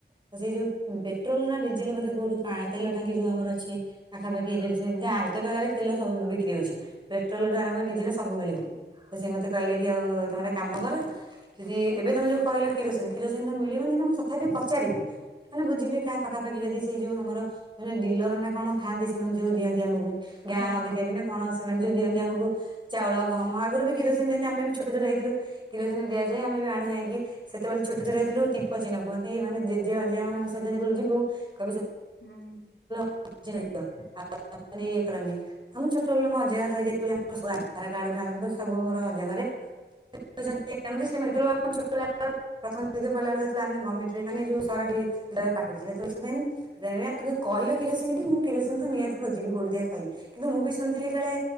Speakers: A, on the right (about 25°); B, on the left (about 80°).
A: ତ ସେଇ ଯୋଉ ପେଟ୍ରୋଲ ନା ଡିଜେଲ ବୋଧେ କୋଉଠୁ ପା ତେଲ ଟାଙ୍କି ଯୋଉ ଆମର ଅଛି ପାଖାପାଖିା ଏରିଆରେ ସେ ଯଦି ଆ ଗାଁରେ ତ ଏବେକାର ତେଲ ସବୁ ବିକ୍ରି ହଉଛି ପେଟ୍ରୋଲଠୁ ଆରମ୍ଭ କରି ଡିଜେଲ ସବୁ ମିଳିବ। ତ ସେ ମତେ କହିଲେ କି ଆଉ ତମ ଗୋଟେ କାମ କର ଯଦି ଏବେ ତମେ ଯୋଉ କହିଲ କିରୋସିନି କିରୋସିନି ତ ମିଳିବନି ମୁଁ ତଥାପି ପଚାରିବି ମାନେ ବୁଝିବି କାହା ପାଖାପାଖି ଯଦି ସେଯୋଉ ଆମର ମା ଡିଲର ଡିଲର ନା କଣ ଥାନ୍ତି ସେମାନେ ଯୋଉ ଦିଅନ୍ତି ଆମକୁ, ଗାଁ
B: ହଁ
A: ଅଧିକାରୀ
B: ହଁ
A: ନା କଣ ସେମାନେ ଯୋଉ ଦିଅନ୍ତି ଆମକୁ ଚାଉଳ ଗହମ ଆଗରୁ ବି କିରୋସିନି ଦିଅନ୍ତି, ଆମେ ଛୋଟ ବ ଛୋଟ ହେଇଥିଲୁ କିରୋସିନ ଦିଆଯାଏ ଆମେ ବି ଆଣୁ ଯାଇଁକି ସେତେବେଳେ ଛୋଟ ଛୋଟ ହେଇଥିଲୁ ଟିପ ଚିହ୍ନ କୁହନ୍ତି ମାନେ ଜେଜେ ଅଜା ମାନଙ୍କ ସହିତ ଯେତେବେଳେ ଯିବୁ କହିବେ ସେ
B: ହୁଁ।
A: <unintelligible> ଇଏ କରନି ହଁ ମୁଁ ଛୋଟବେଳୁ ମୋ ଅଜା ଘରେ ରହିଯାଇ ଆମର ସବୁ ଆଧାର କାର୍ଡ଼ ଆରମ୍ଭ କରି ସବୁ ମୋର ଅଜାଘରେ <unintelligible> ତୋମେ ଯେ ପଇଲା ବେଳେ ହେଇଥିଲା ଆମେ ଗମେଣ୍ଟ ରେ ମାନେ ଯୋଉ ସରାଟି ଡାଇରେକ୍ଟ ପାଠପଢୁଥିଲେ। ସେତେବେଳେ ଶୁଭେନି ବେମିଆ ଆ ତୋତେ କହିଲେ କିରୋସିନ ଟି ମୁଁ କିରୋସିନ ତ ନିହାତି ଖୋଜିବି କୋଉଠି ଦେଖିଆ କହି। କିନ୍ତୁ ମୁଁ ବି ଶୁଣିଥିଲି କାଳେ